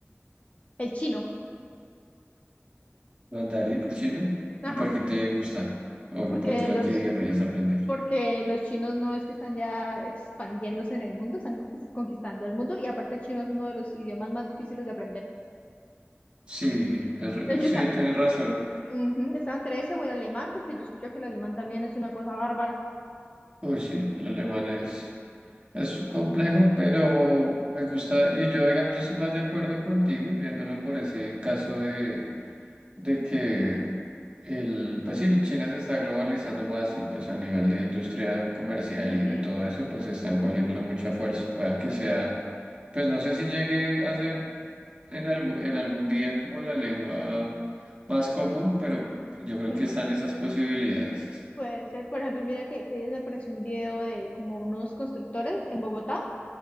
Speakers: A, on the left; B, on the right.
A: el chino.
B: mandarín, el chino.
A: Ajá.
B: ¿Y por qué te gusta? ¿O
A: Porque
B: por qué lo
A: los,
B: querrías aprender?
A: porque los chinos no es que están ya expandiéndose en el mundo, están conquis- conquistando el mundo y aparte el chino es uno de los idiomas más difíciles de aprender.
B: Sí, es re-
A: De hecho,
B: sí,
A: está,
B: tienes razón.
A: Ujú, Estaba entre ese o el alemán, porque yo escucho que el alemán también es una cosa bárbara.
B: Uy, sí, el alemán es, es complejo, pero me gusta, y yo, digamos, yo estoy más de acuerdo contigo y viéndolo por ese caso de de que el, pues sí, China se está globalizando más y pues a nivel de industria comercial
A: Ujú,
B: y de todo eso, pues están cogiendo
A: ujú,
B: mucha fuerza. Pueda que sea,
A: Sí.
B: pues no sé si llegue a ser en algún, en algún día como la lengua más común, pero yo creo
A: ujú.
B: que están esas posibilidades.
A: Puede ser, por ejemplo, mira que, que ayer me apareció un video de como unos constructores en Bogotá